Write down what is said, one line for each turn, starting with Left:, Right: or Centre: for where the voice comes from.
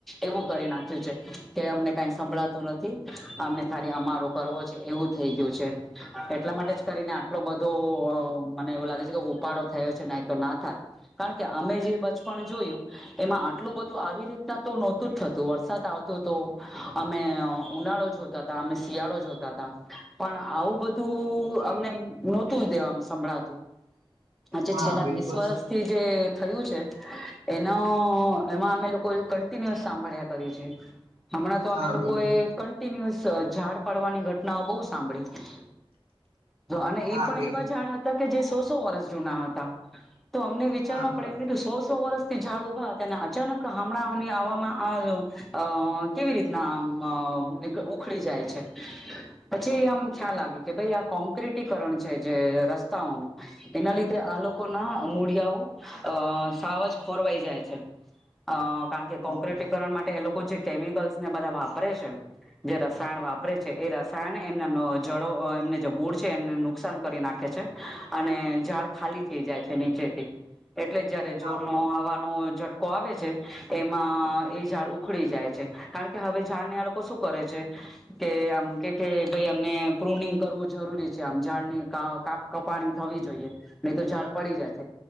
Centre: એવું કરી નાખ્યું છે કે અમને કાઈ સંભળાતું નથી અમને ખાલી અમારો કરવો છે એવું થેઈ ગયું છે. એટલા માટે જ કરીને આટલો બધો અ મને એવું લાગે છે કે ઓપાડો થયો છે, નાય તો ના થાત. કારણ કે અમે જે બચપણ જોયું એમાં આટલું બધું આવી રીતના તો નહોતું જ થતું વરસાદ આવતું તો અમે ઉનાળો જોતા તા અમે શિયાળો જોતા તા પણ આવું બ તું અમને નહોતું દેવામ સંભળાત આજે
Right: હા
Centre: છેલ્લા
Right: બિલકુલ
Centre: વીસ વર્ષ થી જે થયું છે. એનો એમાં અમે લોકો એ કન્ટિન્યુઅસ સાંભળ્યા કરીએ છીએ. હમણાં તો અમે
Right: હા
Centre: લોકો
Right: બિલ
Centre: એ કન્ટિન્યુઅસ અ ઝાડ પાડવાની ઘટનાઓ બહુ સાંભળી. અને
Right: હા
Centre: એ પણ
Right: બિલ
Centre: એવા ઝાડ હતા કે જે સો સો વર્ષ જૂના હતા. તો અમને વિચારમાં
Right: હા
Centre: પડ્યા એમ કીધું સો સો વર્ષ થી ઝાડ ઉભા તેને અચાનક હમણાંની આવવામાં આવ્યો. અ કેવી રીતના આમ અ નીક ઉખડી જાય છે. પછી આમ ખ્યાલ આવ્યું કે ભઈ આ કોંક્રેટીકરણ છે જે રસ્તાઓનું એના લીધે આ લોકોના મૂળિયાઓ અ સાવજ ખોરવાઈ જાય છે. અ કારણ કે
Right: હા
Centre: કોંક્રેટીકરણ માટે એ લોકો જે કેમિકલ્સ ને બધા વાપરે છે.? જે રસાયણ વાપરે છે એ રસાયણ ને એમના ન જડો એમને જ મૂળ છે એને નુકસાન કરી નાખે છે. અને ઝાડ ખાલી થઈ જાય છે નીચેથી. એટલે જયારે
Right: હા.
Centre: જોરનો હવાનો ઝટકો આવે છે એમાં એ ઝાડ ઉખડી જાય છે. કારણ કે હવે ઝાડ ને આ લોકો શું કરે છે.? કે આમ કે કે ભઈ અમને પ્રૂનિંગ કરવું જરૂરી છે આમ ઝાડને કાપ કાપ કપાણી થવી જોઈએ નહી તો ઝાડ પડી જાશે